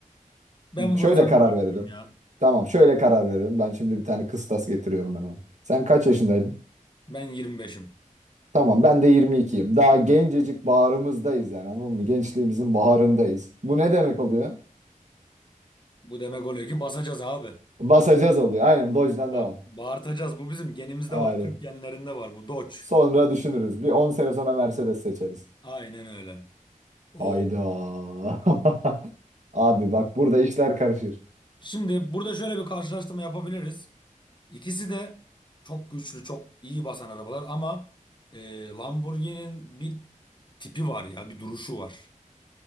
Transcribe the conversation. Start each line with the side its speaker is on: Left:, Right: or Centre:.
Left: ben
Right: şöyle
Left: bunu sana
Right: karar
Left: bırakıyorum
Right: verelim.
Left: ya.
Right: Tamam, şöyle karar verelim. Ben şimdi bir tane kıstas getiriyorum hemen. Sen kaç yaşındaydın?
Left: Ben 25'im.
Right: Tamam, ben de 22'yim. Daha gencecik bağrımızdayız yani anladın mı? Gençliğimizin baharındayız. Bu ne demek oluyor?
Left: Bu demek oluyor ki basacağız abi.
Right: Basacağız oluyor. Aynen Dodge'den
Left: Ba
Right: devam.
Left: bağırtacağız. Bu bizim genimizde
Right: Aynen.
Left: var. Türk genlerinde var bu Dodge.
Right: Sonra düşünürüz. Bir 10 sene sonra Mercedes seçeriz.
Left: Aynen öyle. Oo.
Right: Hayda. <laughs> Abi bak burada işler karışır.
Left: Şimdi burada şöyle bir karşılaştırma yapabiliriz. İkisi de çok güçlü, çok iyi basan arabalar ama e, Lamborghini'nin bir tipi var ya, bir duruşu var.